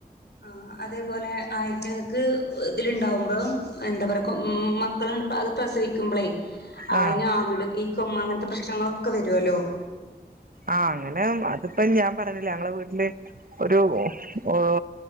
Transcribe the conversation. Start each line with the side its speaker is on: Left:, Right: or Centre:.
Left: ആഹ് അതേപോലെ ആയ്റ്റങ്ങക്ക് ഉണ്ടാകുമ്പോ എന്താ പറയാ കൊ മക്കള് അത് പ്രസവിക്കുമ്പളെ അതിന്
Right: ആഹ്
Left: <unintelligible> അങ്ങനത്തെ പ്രശ്നങ്ങളൊ ഒക്കെ വരുവല്ലോ
Right: ആ അങ്ങനെ അതിപ്പോ ഞാൻ പറഞ്ഞില്ല ഞങ്ങളെ വീട്ടില് ഒരു ഒരു